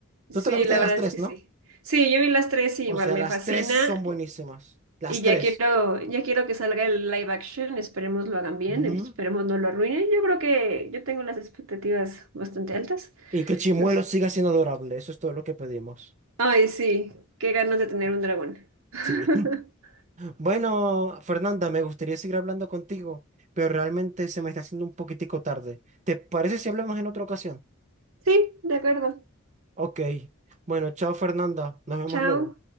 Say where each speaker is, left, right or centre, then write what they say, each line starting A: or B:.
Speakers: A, on the right (about 70°); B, on the right (about 35°).
A: sí,
B: Tú te la viste
A: la
B: de las
A: verdad
B: tres,
A: es que
B: ¿no?
A: sí. Sí, yo vi las tres y
B: O
A: igual
B: sea,
A: me
B: las
A: fascina
B: tres son buenísimas, las
A: y
B: tres.
A: ya quiero, ya quiero que salga el live action, esperemos lo hagan bien,
B: Ujú.
A: esperemos no lo arruinen. Yo creo que yo tengo las expectativas bastante altas.
B: Y que Chimuelo
A: Entonces...
B: siga siendo adorable, eso es todo lo que pedimos.
A: Ay, sí, qué ganas de tener un dragón. <laughs>
B: Sí. <laughs> Bueno, Fernanda, me gustaría seguir hablando contigo, pero realmente se me está haciendo un poquitico tarde. ¿Te parece si hablamos en otra ocasión?
A: Sí, de acuerdo.
B: Ok. Bueno, chao Fernanda. Nos vemos
A: Chao.
B: luego.